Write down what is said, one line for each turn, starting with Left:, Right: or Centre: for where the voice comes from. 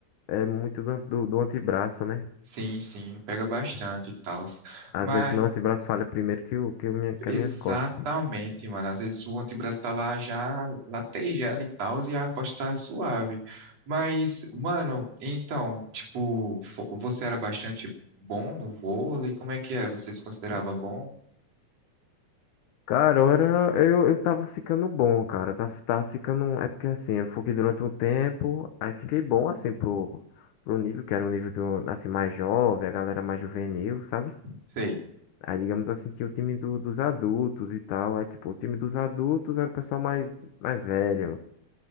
Left: é muito do, do, do antebraço, né?
Right: Sim, sim, pega bastante e tal.
Left: Às
Right: Mas,
Left: vezes meu antebraço falha primeiro que, o, que, o minha, que
Right: exatamente,
Left: as minhas costas.
Right: mano. Às vezes o antebraço tá lá já latejando e tal, e a costa tá suave. Mas, mano, então, tipo, fo- você era bastante bom no vôlei? Como é que é? Você se considerava bom?
Left: Cara, ora, eu, eu tava ficando bom, cara. Tava, tava ficando... um, É porque, assim, eu fiquei durante um tempo, aí fiquei bom, assim, pro, pro nível, que era um nível, do, assim, mais jovem, a galera mais juvenil, sabe?
Right: Sei.
Left: Aí, digamos assim, tinha o time do- dos adultos e tal. Aí, tipo, o time dos adultos era o pessoal mais, mais velho.